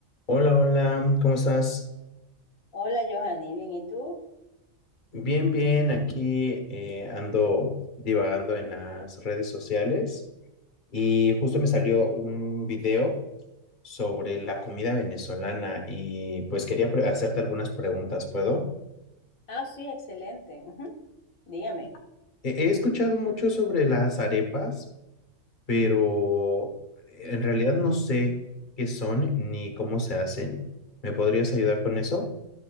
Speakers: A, on the left (about 35°); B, on the left (about 85°).
A: Hola, hola, ¿cómo estás?
B: Hola, Johanny, bien, ¿y tú?
A: Bien, bien, aquí eh, ando divagando en las redes sociales y justo me salió un video sobre la comida venezolana y pues quería pre- hacerte algunas preguntas, ¿puedo?
B: Ah, sí, excelente. ujú, Dígame.
A: He, he escuchado mucho sobre las arepas, pero en realidad no sé qué son ni cómo se hacen. ¿Me podrías ayudar con eso?